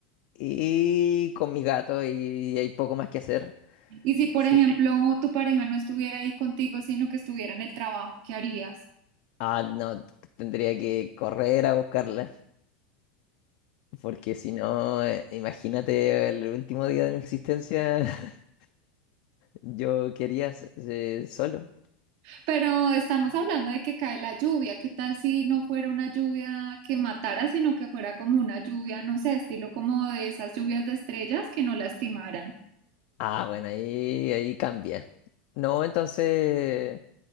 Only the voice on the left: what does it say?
Y con mis gatos y hay poco más que hacer.
Sí.
Ah, no, tendría que correr a buscarla, porque si no, eh, imagínate el último día de mi existencia, <laughs> yo quería s- eh, solo.
Ah, bueno, ahí, ahí cambia. No, entonces...